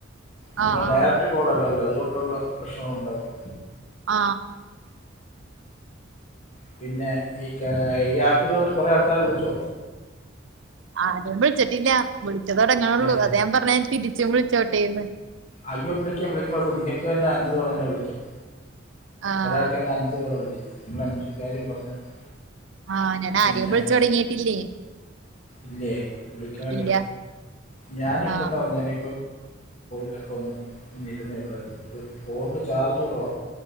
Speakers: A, on the left; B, on the right.
A: നമ്മടെ
B: ആഹ്
A: ഡയറക്ട്
B: ആഹ്
A: കോളല്ലല്ലൊ ല്ല അതുകൊണ്ടുള്ള പ്രശ്നങ്ങളുണ്ടാവും
B: ആ
A: പിന്നെ ഈ കെ ഈ ആപ്പില് ഒരു കൊറേ ആൾക്കാരെ വിളിച്ചോ
B: ആരും വിളി ച്ചിട്ടില്ല വിളിച്ച തുടങ്ങാണുള്ളൂ
A: അതെ.
B: അതാ ഞാൻ പറഞ്ഞെ തിരിച്ചു വിളിച്ച ച്ചോട്ടേന്ന്
A: അയ്യോ വിളിക്കാം വിളിക്ക് കൊഴപ്പവില്ല നിങ്ങക്ക് തന്നെ അഞ്ചു തവണ എന്നെ വിളിക്കാം
B: ആഹ്
A: ഒരാൾക്കെന്നെ അഞ്ച് തവണ വിളിക്കാം നമ്മളഞ്ച് കാര്യം പറഞ്ഞാ മതി
B: ആഹ് ഞാൻ
A: പിന്നെ
B: ആരെയും വിളിച്ചു തൊടങ്ങിയിട്ടില്ലേ
A: ഇല്ലേ വിളിക്കണല്ലോ
B: ഇല്ല
A: ഞാനിപ്പ
B: ആഹ്
A: പറഞ്ഞെതെ <inaudible> നൊക്കെ ഒന്ന് നിരുന്നേ ഉള്ളായിരുന്നു ഫോണി്ല് ചാർജ് കുറവാണ